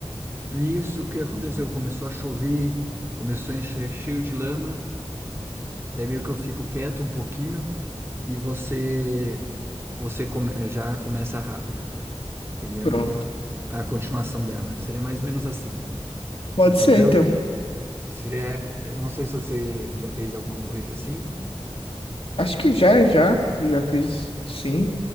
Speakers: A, on the right (about 25°); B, on the left (about 60°).
A: Nisso, o que aconteceu? Começou a chover, começou a encher cheio de lama. Daí meio que eu fico quieto um pouquinho e você você come- eh, já começa rápido, entendeu?
B: Pronto.
A: A continuação dela. Seria mais ou menos assim.
B: Pode
A: entendeu?
B: ser, então.
A: Seria, eu não sei se você já fez alguma coisa assim.
B: Acho que já, já. Já fiz sim.